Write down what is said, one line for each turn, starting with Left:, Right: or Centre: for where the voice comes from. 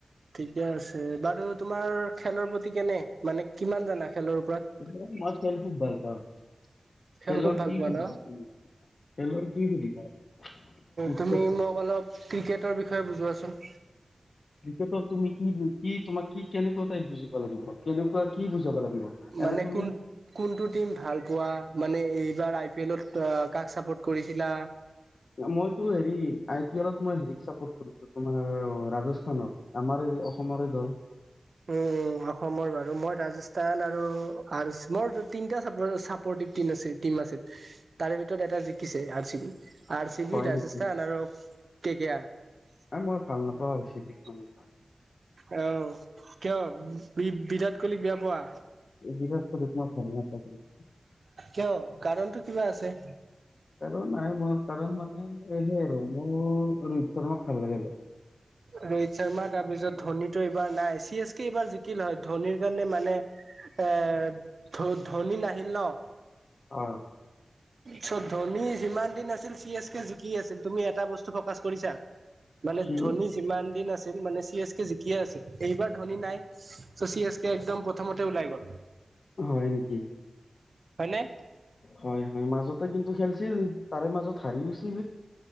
Right: ঠিকে আছে বাৰু তোমাৰ খেলৰ প্ৰতি কেনে মানে কিমান জানা খেলৰ ওপৰত
Left: কিন্তু মই খেল খুব ভাল পাওঁ।
Right: খেল
Left: খেলৰ
Right: খুব ভাল
Left: কি
Right: পোৱা
Left: খেলৰ
Right: ন?
Left: কি বুলি কম <unintelligible>
Right: তুমি মোক অলপ ক্ৰিকেটৰ বিষয়ে বুজোৱাচোন?
Left: <unintelligible> কেনেকুৱা টাইপ বুজিব লাগিব কেনেকুৱা কি বুজাব লাগিব। <unintelligible>
Right: মানে
Left: এনে তুমি
Right: কোন, কোনটো টিম ভাল পোৱা মানে এইবাৰ আই পি এলত কাক চাপোৰ্ট কৰিছিলা
Left: মইতো হেৰি আই পি এলত মই হেৰিক চাপৰ্ট কৰিছো তোমাৰ ৰাজস্থানত আমাৰ অসমৰে দল। <unintelligible>
Right: উ অসমৰ বাৰু মই ৰাজস্থান আৰু আৰ চি মোৰ তিনটা চাপৰ্টিভ ট আ টিম আছিল তাৰে ভিতৰত এটা জিকিছে R C B. <unintelligible> R C
Left: হয়
Right: B, ৰাজস্থান
Left: নেকি
Right: আৰু কে কে আৰাৰ। <unintelligible>
Left: আৰু মই ভাল নাপাওঁ আৰু চিভিক মানে
Right: অ কিয়? বি বিৰাট কোহলীক বেয়া পোৱা,
Left: বিৰাট কোহলিক মই ভাল নাপাওঁ কিন্তু।
Right: কিয় কাৰণটো? কিবা আছে
Left: কাৰণ নাই মোৰ কাৰণ মানে সে আৰু মোৰ ৰোহিত শৰ্মাক ভাল লাগে অলপ
Right: ৰোহিত শৰ্মা তাৰপিছত ধোনিটো এইবাৰ নাই চি এছ কে এইবাৰ জিকিল হয় ধনিৰ কাৰণে মানে এ ধ ধনি নাহিল ন
Left: অ
Right: চ ধনি যিমান দিন আছিল চি এছ কে জিকি আছিল তুমি এটা বস্তু ফকাচ কৰিছা মানে
Left: কি
Right: ধনি যিমান দিন আছিল মানে চি এচ জিকিয়ে আছিল এইবাৰ ধনি নাই চ' চি এচ কে একদম প্ৰথমতে ওলাই গ'ল
Left: হয় নেকি
Right: হয়নে
Left: হয় হয় মাজতে কিন্তু খেলছিল তাৰে মাজত হাৰি গৈছিল